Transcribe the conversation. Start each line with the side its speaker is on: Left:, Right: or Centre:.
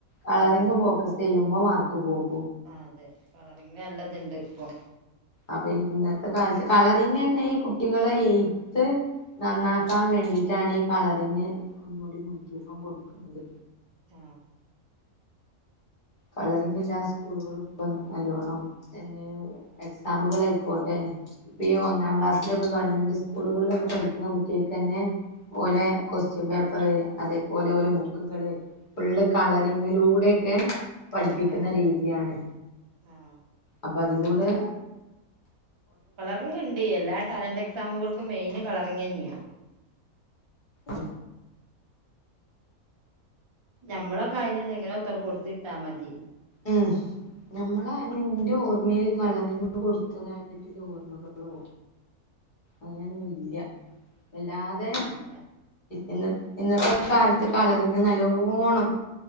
Left: കളറിങ്
Right: ആഹ്
Left: പോക്കസ് ചെയ്യുമ്പോ മാർക്ക് പോകും
Right: ആ അതെ കളറിങ്ങ് നല്ലത്ണ്ട് പ്പൊ
Left: അപ്പൊ ഇന്നത്തെ കാലത്ത് കളറിങ് ന്നെ കുട്ടികളെ എയ്ത്ത് നന്നാക്കാൻ
Right: ഉം
Left: വേണ്ടിട്ടാണ് കളറിങ്ങ് ഒന്നുകൂടി മുൻതൂക്കം കൊടുക്കുന്നത്
Right: ആ
Left: കളറിങ് എല്ലാ സ്കൂളുകളും പ്പം നല്ലോണംന്നെ എക്സാമുകൾ ആയിക്കോട്ടെ ഇപ്പീ ഒന്നാം ക്ലാസ്സിലൊക്കെ ഗവൺമെന്റ് സ്കൂളുകളിലൊക്കെ പഠിക്കുന്ന കുട്ടികൾക്ക് തന്നെ ഓലെ ക്വസ്റ്റ്യൻ പേപ്പറ് അതേപോലെ ഓലെ ബുക്കുകള് ഫുള്ള് കളറിങ്ങിലൂടെക്കെ പഠിപ്പിക്കുന്ന
Right: ആ ആ
Left: രീതിയാണ്
Right: ആ
Left: അപ്പൊ അത് ഇവിടെ
Right: കളറേണ്ട് എല്ലാ ടാലന്റ് എക്സാമുകൾക്ക് മെയിന് കളറിങ്ങെന്നെയാ
Left: ഉ
Right: നമ്മളൊക്കെ ആയിഞ്ഞന്ന് എങ്ങനോ ത്ര കൊടുത്തിട്ടാ മതിയേഞ്
Left: ഉം ഞമ്മളായന്ന് നിന്റെ ഓർമ്മയില് കളറിങ്‌ കൊടുത്തതായിട്ടില്ല ഓർമ്മകളോ അങ്ങനെയൊന്നുംല്ല എല്ലാതെ
Right: ഇല്ല
Left: ഇന്ന ഇന്നത്തെ
Right: ഉം ഉം
Left: കാലത്ത് കളറിങ്ങ് നല്ലോ പോണം